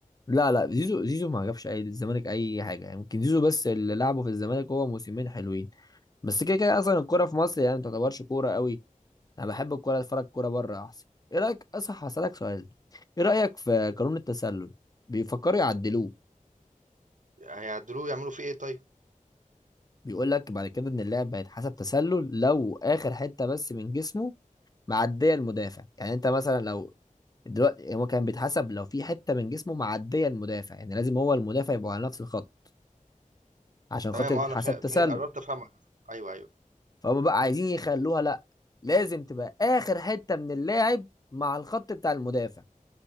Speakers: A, on the left (about 25°); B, on the right (about 65°).
A: لا لا زيزو زيزو ما جابش اي الزمالك اي حاجه يعني يمكن زيزو بس اللي لعبه في الزمالك هو موسمين حلوين بس كده كده اصلا الكوره في مصر يعني ما تعتبرش كوره قوي انا بحب الكوره اتفرج كوره بره احسن ايه رايك اصح هسالك سؤال ايه رايك في قانون التسلل بيفكروا يعدلوه
B: هيعدلوه يعملوا فيه ايه طيب
A: بيقول لك بعد كده ان اللاعب هيتحسب تسلل لو اخر حته بس من جسمه معديه المدافع يعني انت مثلا لو دلوقتي هو كان بيتحسب لو في حته من جسمه معديه المدافع يعني لازم هو المدافع يبقى على نفس الخط عشان
B: تمام
A: خاطر
B: اه
A: تتحسب
B: انا في...
A: تسلل
B: في... قربت افهمك ايوه ايوه
A: فهم بقى عايزين يخلوها لا لازم تبقى اخر حته من اللاعب مع الخط بتاع المدافع